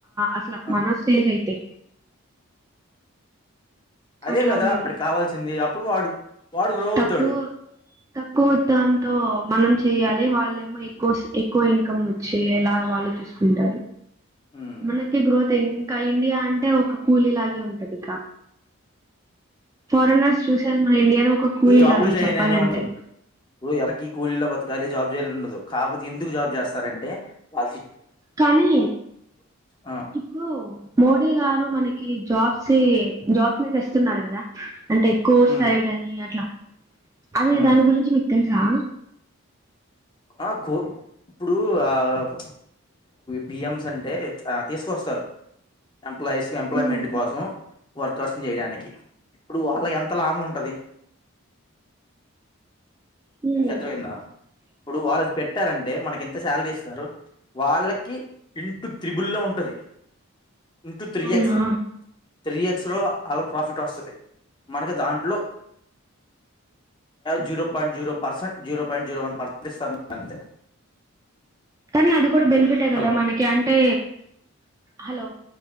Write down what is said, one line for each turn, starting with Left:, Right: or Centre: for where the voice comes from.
Right: అసలా
Left: ఆ,
Right: మన స్టేజయితే
Left: అదే
Right: అట్లా
Left: కదా
Right: ఉంది
Left: వాడికి కావాల్సింది అప్పుడు వాడు వాడుకు రా అవుతాడు
Right: తక్కువ తక్కువ దాంతో మనం చెయాలి వాళ్ళేమో ఎక్కువ ఎక్కువ ఇన్కమ్ వచ్చి ఎలా కు
Left: ఉమ్.
Right: మనకి గ్రోత్ ఇంకా ఇండియా అంటే ఒక కూలీ లా ఉంటది ఫారినర్స్ చూస మన ఇండియాలో ఒక కూలీ
Left: రాబులు
Right: లాగే
Left: చేయ
Right: చెప్పాలంటే
Left: ననే ఉండదు ఇప్పుడు ఎవకి స్కూలీల్లో బతకాల జాబ్ చేయాల ఉండదు కాబపో ఎందుకు జాబ్ చేస్తారంటే ప
Right: కానీ
Left: ఆ
Right: ఇప్పుడు మోడీ గారు మనకి జాబ్స్ జాబ్స్ ని తెస్త కదా అంటే కోర్
Left: ఉమ్
Right: సైడ్ అని అట్లా అది
Left: ఉమ్
Right: దాని గురించి మీకు తె చ
Left: ఆ కో ఇప్పుడు ఆస్ పిఎమ్స్ అంటే తీసుకొస్తారు ఎంప్లాయీస్కి ఎంప్లాయ్మెంట్
Right: ఉమ్,
Left: కోసం వర్కర్స్ని చేయడానికి ఇప్పుడు వాళ్ళకి ఎంత లాభం ఉంటది
Right: హూ
Left: మీకు అర్థమైందా ఇప్పుడు వాళ్ళది పెట్టారంటే మనకి ఎంత శాలరీ ఇస్తారు వాళ్ళకి ఇంటూ త్రిబుల్లో ఉంటది ఇంటూ త్రీ
Right: అవునా
Left: ఎక్స్ త్రీ ఎక్స్ లో వాళ్లకు ప్రాఫిట్ వస్తది మనకి దాంట్లో zero point zero percent zero point zero one percent <unintelligible> అంతే
Right: కానీ అది కూడా బెనిఫిటే కదా
Left: హలో
Right: మనకి అంటే హలో